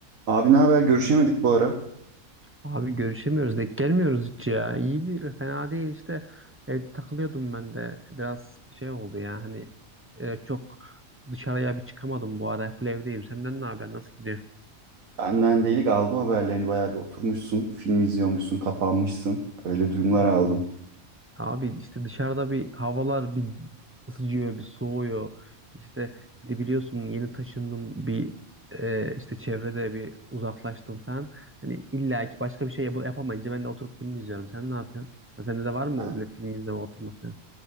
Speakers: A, on the right; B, on the right.
A: Abi ne haber? Görüşemedik bu ara.
B: Abi görüşemiyoruz denk gelmiyoruz hiç ya. İyi değil fena değil işte evde takılıyordum ben de biraz şey oldu ya hani e, çok dışarıya bir çıkamadım bu ara full evdeyim. Senden ne haber nasıl gidiyor?
A: Benden delik aldım haberlerini. Bayağı bir oturmuşsun, film izliyormuşsun, kapanmışsın. Öyle duyumlar
B: Ya
A: aldım.
B: abi işte dışarıda bir havalar bir ısıcıyor bir soğuyor. İşte bir de biliyorsun yeni taşındım bir e, işte çevrede bir uzaklaştım falan. Hani illa ki başka bir şey yap- yapamayınca ben de oturup film izliyorum. Sen ne yapıyorsun? Ha, sende de var mı
A: Ben,
B: böyle film izleme oturması?